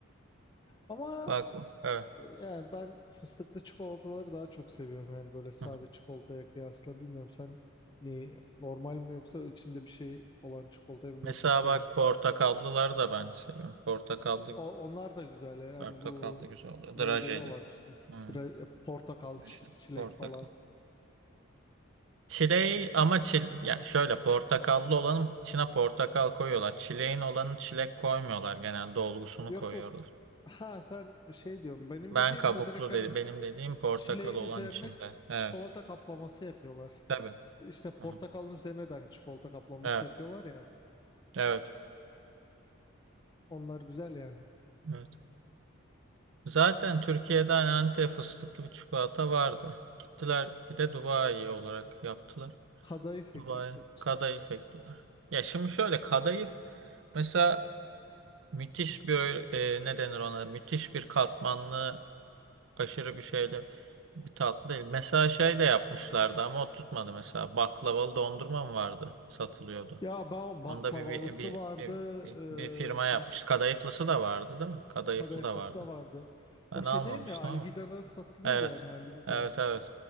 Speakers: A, on the left (about 20°); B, on the right (about 60°).
A: ama
B: Bak bu. Evet.
A: ee, yani ben fıstıklı çikolataları daha çok seviyorum yani böyle sade
B: Hı hı.
A: çikolataya kıyasla bilmiyorum sen ne normal mi yoksa içinde bir şey olan çikolatayı mı
B: Mesela
A: daha çok seviyorsun?
B: bak portakallıları da ben seviyorum. Portakallı
A: O, onlar da güzel yani
B: portakallı
A: bu
B: güzel oluyor.
A: meyveli
B: Drajeli.
A: olan işte
B: Hı,
A: Dra- e, portakal,
B: drajeli.
A: çi- çilek
B: Portakal.
A: falan.
B: Çileği ama çil yani şöyle portakallı olanın içine portakal koyuyorlar. Çileğin olanı çilek koymuyorlar genelde dolgusunu
A: Yok
B: koyuyorlar.
A: yok. Ha sen şey diyorum. Benim
B: Ben
A: dediğim
B: kabuklu
A: bu direkt hani
B: dedi. Benim dediğim portakal
A: çileğin
B: olan
A: üzerine
B: içinde. Evet.
A: çikolata kaplaması yapıyorlar.
B: Tabii.
A: İşte portakalın
B: Hı-hı.
A: üzerine de hani çikolata kaplaması
B: Evet.
A: yapıyorlar ya.
B: Evet.
A: Onlar güzel yani.
B: Evet. Zaten Türkiye'den Antep fıstıklı bir çikolata vardı. Gittiler bir de Dubai olarak yaptılar.
A: Kadayıf
B: Dubai
A: eklediler içine
B: kadayıf
A: işte.
B: ekliyorlar. Ya şimdi şöyle kadayıf mesela müthiş bir öyle- e, ne denir ona? Müthiş bir katmanlı aşırı bir şeyle bir tatlı değil. Mesela şey de yapmışlardı ama o tutmadı mesela. Baklavalı dondurma mı vardı? Satılıyordu.
A: Ya ben baklavalısı
B: Onda bir bir, bir,
A: vardı.
B: bir, bir- bir firma
A: E,
B: yapmış.
A: baş
B: Kadayıflısı da vardı değil mi? Kadayıflı
A: kadayıflısı
B: da vardı.
A: da vardı.
B: Ben
A: O şey
B: almamıştım
A: değil mi ya Algida'da
B: ama.
A: satılıyordu
B: Evet.
A: yani Algida.
B: Evet evet.